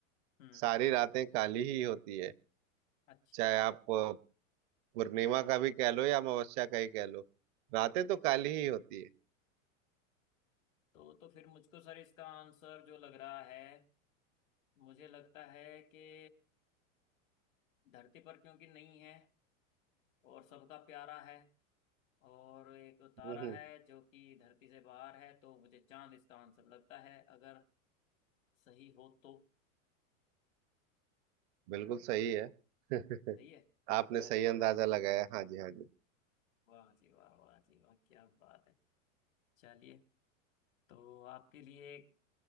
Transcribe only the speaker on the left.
हम्म
अच्छा
तो तो फिर मुझको सर इसका आंसर जो लग रहा है मुझे लगता है कि धरती पर क्योंकि नहीं है और सबका प्यारा है और एक तारा
है जो कि धरती से बाहर है तो मुझे चांद इसका आंसर लगता है अगर सही हो तो
सही है
अरे
वाह
वाह जी वाह वाह जी वाह क्या बात है चलिए तो आपके लिए एक